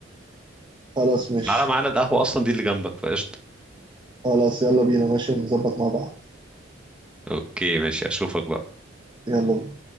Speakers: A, on the right; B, in the centre.
A: خلاص ماشي
B: تعالى معانا القهوة أصلا دي اللي جنبك فقشطة
A: خلاص يلا بينا ماشي ونظبط مع بعض
B: اوكي ماشي أشوفك بقى
A: يلا بينا